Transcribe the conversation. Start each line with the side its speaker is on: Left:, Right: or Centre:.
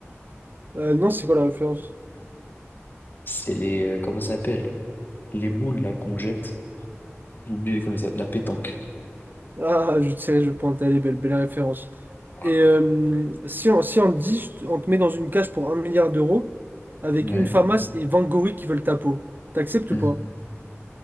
Right: Euh, non, c'est quoi la référence?
Left: C'est les, euh, comment ça s'appelle? Les boules là qu'on jette. J'ai oublié comment ça, la pétanque.
Right: Ah, je sais, je pointe, elle est belle, belle référence.
Left: Voilà.
Right: Et euh, si on, si on te dit, je te- on te met dans une cage pour un milliard d'euros, avec
Left: Ouais.
Right: une famas et 20 gorilles qui veulent ta peau, t'acceptes
Left: Mhm.
Right: ou pas?